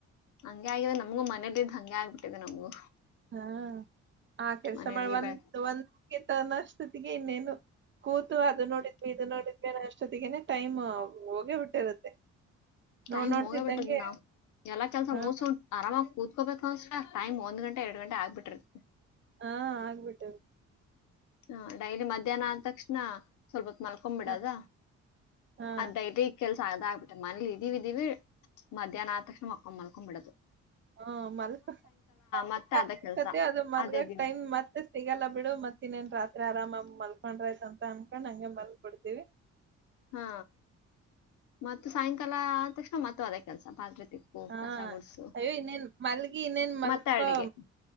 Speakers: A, on the left; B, on the right.
A: ಹಂಗೆ ಆಗ್ಯಾವೆ ನಮಗ ಮನೆ ಬಿದ್ ಹಂಗೆ ಆಗ್ಬಿಟ್ಟಿದೆ ನಮಗೂ.
B: ಹಾ ಆ ಕೆಲ್ಸ
A: ಮನೇಲಿ
B: ಮಾಡ ಒಂದ
A: ಬೆ
B: ಒಂದಗೆ ತನ್ನಷ್ಟ್ತತಿಗೆ ಇನ್ನೇನು. ಕೂತು ಅದು ನೋಡಿದ್ವಿ ಇದು ನೋಡಿದ್ವಿ ಅನ್ನೊಷ್ಟೊತ್ತಿಗೆನೆ ಟೈಮ್ ಹೋಗೇ ಬಿಟ್ಟಿರುತ್ತೆ.
A: ಟೈಮ್
B: ನೋಡ್ ನೋಡ್ತಿದ್ದಂಗೆ
A: ಹೋಗ ಬಿಟದ್ ನಾವ್ ಎಲ್ಲಾ ಕೆಲ್ಸ
B: ಹಾ
A: ಮೋಸ್. ಆರಾಮಾಗಿ ಕೂತ್ಕೋಬೇಕು ಅನ್ಸ್ ಟೈಮ್ ಒಂದ್ ಗಂಟ ಎರಡು ಗಂಟೆ ಆಗ್ಬಿಟರ್ತ.
B: ಹಾ ಆಗ್ಬಿಟ್ಟದ್.
A: ಹ ಡೈಲಿ ಮಧ್ಯಾಹ್ನ ಆದ್ ತಕ್ಷ್ಣ ಸ್ವಲ್ಪ್ ಹೊತ್ ಮಲ್ಕೊಮ್ಬಿಡದ
B: ಹಾ ಹಾ
A: ಅದ್ ಡೈಲಿ. ಕೆಲ್ಸ ಆಗದಾ ಆಗ್ಬಿಟ್ಟೆ ಮನೇಲಿ ಇದೀವಿ ಇದೀವಿ ಮಧ್ಯಾಹ್ನ ಆದ್ ತಕ್ಷ್ಣ ಮಕ್ಕೊ ಮಲ್ಕೊಂಬಿಡದ್ ಬಿಡೋದು.
B: ಹ ಮಲ್ಕಾ <unintelligible>
A: ಮತ್ತೆ ಅದೇ ಕೆಲ್ಸ
B: <unintelligible> ಅದು ಮಲ್ಗಕ್
A: ಅದೇ ದಿನ
B: ಟೈಮ್ ಮತ್. <unintelligible> ಸಿಗಲ್ಲ ಬಿಡು ಮತ್ ಇನ್ನೇನ್ ರಾತ್ರಿ ಆರಾಮಾ ಮಲ್ಕೊಂಡ್ರಾಯ್ತ ಆಯ್ತ್ ಅಂತ ಅನ್ಕೊಂಡ್ ಮಲ್ಗ್ ಬಿಡ್ತಿವಿ.
A: ಹಾ ಮತ್ ಸಾಯಂಕಾಲ ಅದ್ ತಕ್ಷಣ ಮತ್ತ ಅದ ಕೆಲ್ಸ ಪಾತ್ರೆ. <unintelligible>
B: ಹಾ
A: ಗುಡ್ಸು
B: ಅಯ್ಯೋ ಇನ್ನೇನ್ ಮಲ್ಗಿ ಇನ್ನೇನ್ ಮಲ್ಕೊ.
A: ಮತ್ತೆ ಅಡಿಗೆ